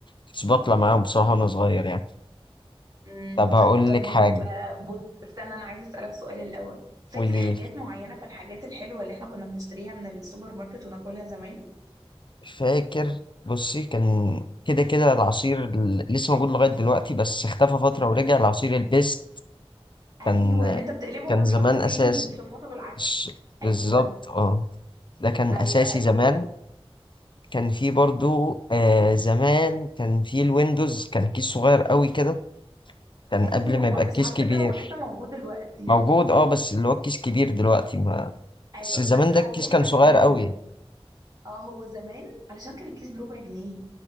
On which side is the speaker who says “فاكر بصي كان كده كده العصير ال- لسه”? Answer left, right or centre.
Left